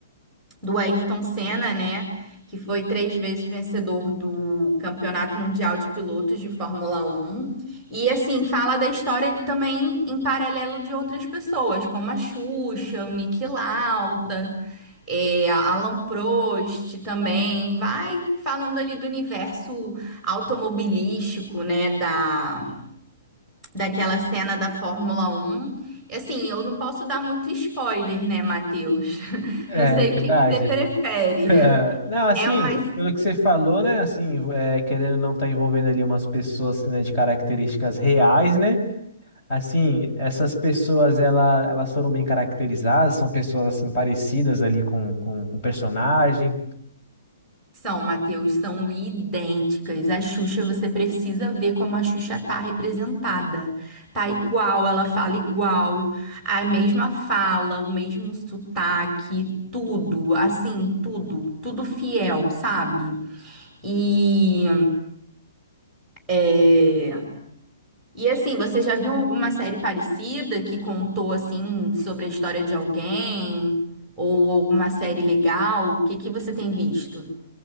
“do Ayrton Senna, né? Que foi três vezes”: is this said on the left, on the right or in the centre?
Centre